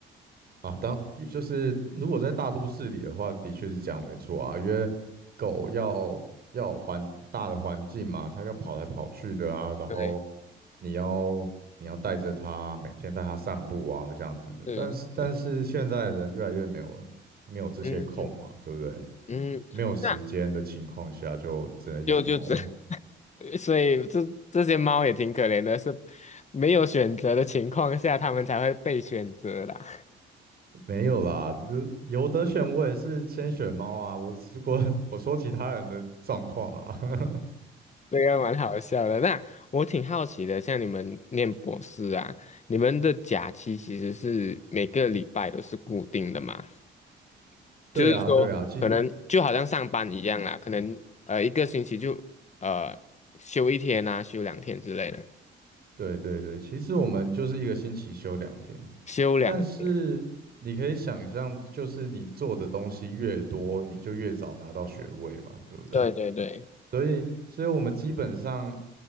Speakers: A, on the right; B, on the left.
A: 啊，当就是如果在大都市里的话，的确是这样，没错啊，因为狗要要有环大的环境嘛，它要跑来跑去的啊，然后
B: 对，
A: 你要你要带着它，每天带它散步啊，这样子。
B: 是，
A: 但是但是现在的人越来越没有没有这些空嘛，
B: 是嗯嗯
A: 对不对？
B: 嗯，
A: 没有时间的情况下，
B: 那
A: 就只能养猫。
B: <laughs> 就就这，<laughs> 所以这这些猫也挺可怜的，是没有选择的情况下，它们才会被选择啦。
A: 没有啦，如有得选，我也是先选猫啊。我如果 <laughs> 我说其他人的状况啊。
B: 这个蛮好笑的。那我挺好奇的，像你们念博士啊，你们的假期其实是每个礼拜都是固定的嘛？
A: <laughs> 对啊，
B: 就是说，
A: 对啊，其实。
B: 可能就好像上班一样啊，可能呃一个星期就呃休一天啊，休两天之类的，
A: 对对对，其实我们就是一个星期休两天，
B: 休两天。
A: 但是你可以想象，就是你做的东西越多，你就越早拿到学位嘛，对不对？
B: 对对对。
A: 所以，所以我们基本上